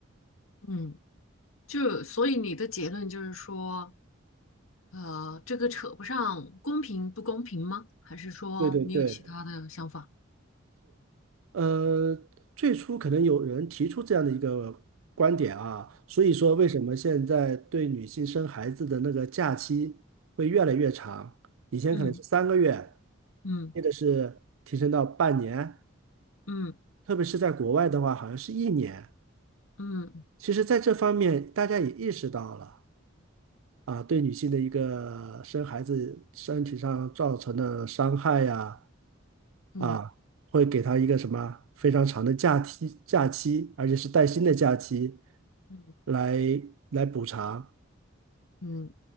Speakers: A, on the left (about 90°); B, on the right (about 80°).
A: 嗯，就所以你的结论就是说，呃，这个扯不上公平不公平吗？还是说你有其他的想法？
B: 对对对，呃，最初可能有人提出这样的一个观点啊，所以说为什么现在对女性生孩子的那个假期会越来越长？以前可能是三个月，
A: 嗯嗯
B: 现在是提升到半年，
A: 嗯
B: 特别是在国外的话，好像是一年。
A: 嗯嗯
B: 其实，在这方面，大家也意识到了啊，对女性的一个生孩子身体上造成的伤害呀，
A: 嗯
B: 啊，会给她一个什么非常长的假期，假期，而且是带薪的假期，
A: 嗯，
B: 来来补偿。
A: 嗯